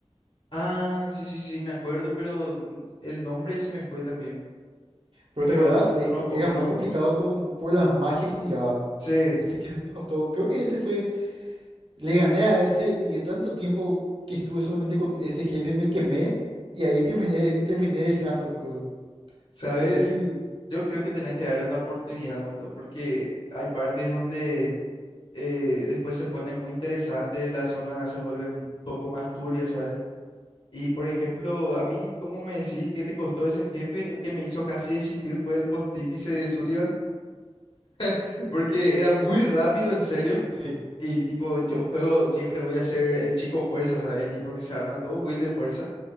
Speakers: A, on the left; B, on the right.
A: Ah, sí, sí, sí, me acuerdo, pero n- el nombre se me fue también.
B: Pero
A: Pero
B: ¿te acuerdas? Eh,
A: conozco,
B: era
A: conozco.
B: muy complicado con, por las magias que tiraba.
A: Sí,
B: Ese jefe me costó. Creo que ese fue. Le gané a ese y de tanto tiempo que estuve solamente con ese jefe me quemé y ahí terminé, <laughs> terminé dejando el juego.
A: ¿sabes?
B: No sé si.
A: Yo creo que tenés que darle una oportunidad, boludo, porque hay partes donde eh, después se pone muy interesante, las zonas se vuelven un poco más turbias, ¿sabes? Y por ejemplo, a mí, ¿cómo me decís que te costó ese jefe? El que me hizo casi desistir fue el pontífice de Sullivan, <laughs> porque era muy rápido, en serio.
B: Sí.
A: Y tipo, yo juego, siempre voy a ser el chico fuerza, ¿sabes? Tipo que se arma todo build de fuerza.